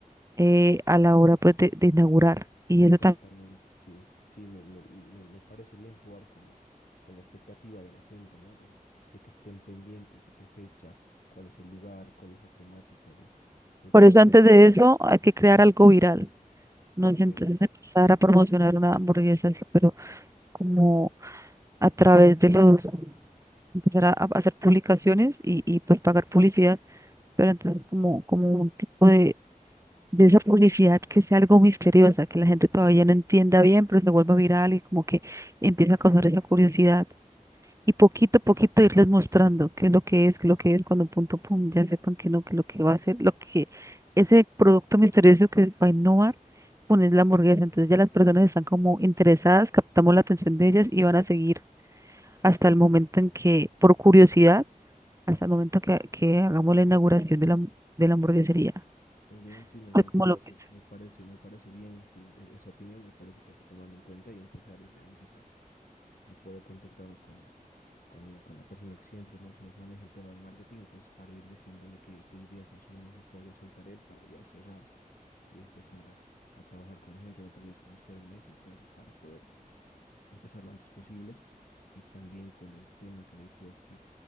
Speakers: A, on the right; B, on the left.
A: eh, a la hora pues de, de inaugurar. Y
B: Exactamente,
A: eso también.
B: sí, sí, me, me, me- me parece bien jugar con la, con la expectativa de la gente, ¿no? De, de que estén pendientes, de qué fecha, cuál es el lugar, cuál es la temática de, de todo.
A: Por eso
B: Entonces,
A: antes de eso hay que crear algo viral. No
B: ok,
A: sé, entonces empezar a promocionar una hamburguesa así, pero como a través de los empezar a, a hacer publicaciones y, y pues pagar publicidad, pero entonces como, como un tipo de, de esa publicidad que sea algo misteriosa, que la gente todavía no entienda bien, pero se vuelva viral y como que empieza a causar esa curiosidad. Y poquito a poquito irles mostrando qué es lo que es, qué es lo que es, cuando punto, pum, ya sepan que no, que lo que va a ser, lo que ese producto misterioso que va a innovar, poner la hamburguesa. Entonces ya las personas están como interesadas, captamos la atención de ellas y van a seguir hasta el momento en que, por curiosidad, hasta el momento que, que hagamos la inauguración de la, de la hamburguesería.
B: muy bien, sí, me, me
A: ¿Tú
B: parece,
A: cómo lo piensas?
B: me parece, me parece bien tu, e- esa opinión, me parece que hay que tomarla en cuenta y empezar desde antes a, a poder contactarnos con el, con la, con la persona que siempre nos, nos maneja el tema del marketing, entonces para ir diciéndole qué, qué ideas más o menos nos podría soltar él para ya cerrar y empezar a, a trabajar con la gente. No te olvides que nos queda un mes entonces para poder empezar lo antes posible y también con el tema que decías que